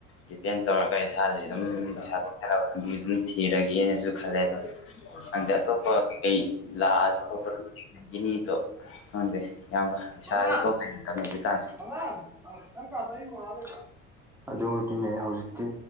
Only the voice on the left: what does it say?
ꯗꯤꯇꯦꯟ ꯇꯧꯔꯒ ꯏꯁꯥꯥꯖꯤ ꯑꯗꯨꯝ ꯄꯩꯁꯥ ꯊꯣꯛꯆꯅꯕ ꯂꯝꯕꯤ ꯑꯗꯨꯝ ꯊꯤꯔꯒꯦꯅꯁꯨ ꯈꯜꯂꯦ ꯑꯗꯣ ꯑꯟꯗꯩ ꯑꯇꯣꯞꯄ ꯀꯩꯀꯩ ꯂꯥꯛꯑꯁꯨ ꯑꯇꯣꯞꯄꯒꯤꯅꯤꯗꯣ ꯈꯪꯗꯦ ꯏꯌꯥꯝꯕ ꯄꯩꯁꯥꯥꯖꯦ
ꯊꯣꯛꯇ <unintelligible> ꯅꯤ ꯍꯧꯖꯤꯛꯀꯥꯟꯁꯦ